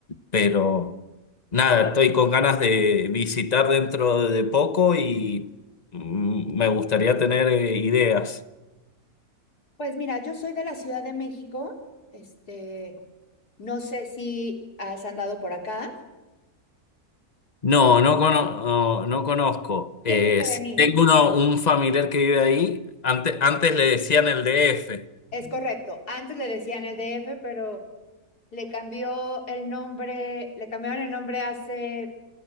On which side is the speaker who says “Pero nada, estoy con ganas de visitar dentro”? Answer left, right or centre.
Left